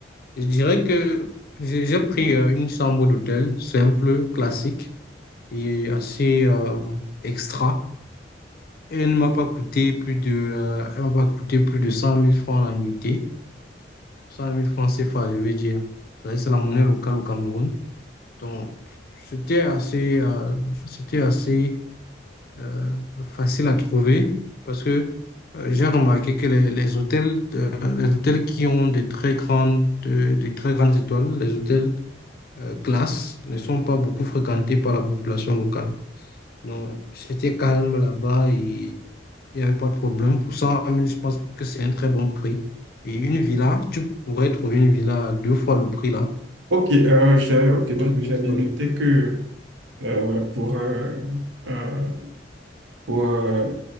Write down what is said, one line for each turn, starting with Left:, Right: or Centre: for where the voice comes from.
Left: je dirais que j'ai j'ai pris euh, une chambre d'hôtel simple, classique. et assez euh, extra. Elle ne m'a pas coûté plus de, euh, elle m'a pas coûté plus de cent mille francs la nuitée. cent mille francs CFA, je veux dire. Ça, C'est la monnaie locale au Cameroun. Donc, c'était assez, euh, c'était assez euh, facile à trouver parce que euh, j'ai remarqué que les, les hôtels, euh, les hôtels qui ont des très grandes, de- des très grandes étoiles, les hôtels euh, classe, ne sont pas beaucoup fréquentés par la population locale. Non, c'était calme là-bas et il n'y avait pas de problème. Pour cent mille je pense que c'est un très bon prix. Et une villa, tu pourrais trouver une villa à deux fois le prix là.
Right: Ok, euh, j'ai, ok, donc
Left: Ouais, deux
Right: j'ai bien
Left: fois
Right: noté
Left: le-
Right: que euh, pour, euh, euh, pour, euh,